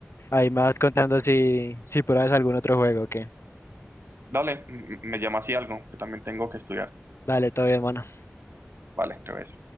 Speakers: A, on the left; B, on the right.
A: ahí me vas contando si, si pruebas algún otro juego, que
B: Dale, m- m- me llama así algo, que también tengo que estudiar.
A: Dale, todo bien, mano.
B: Vale, te ves.